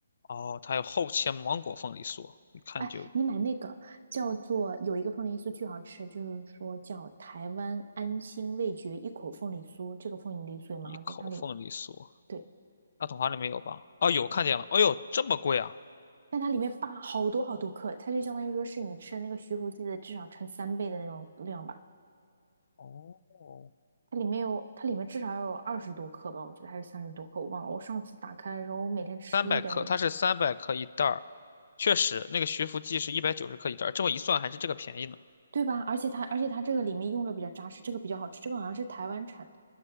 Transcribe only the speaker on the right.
哎，你买那个叫做有一个凤梨酥巨好吃，就是说叫台湾安心味觉一口凤梨酥，这个凤梨酥也蛮好吃，
它里对，
但它里面扒好多好多克，它就相当于说是你吃的那个徐福记的至少乘三倍的那种量吧。
它里面有，它里面至少要有二十多克吧，我觉得还是三十多克，我忘了。我上次打开的时候，我每天吃一点，
每天，
对吧？而且它，而且它这个里面用的比较扎实，这个比较好吃，这个好像是台湾产的，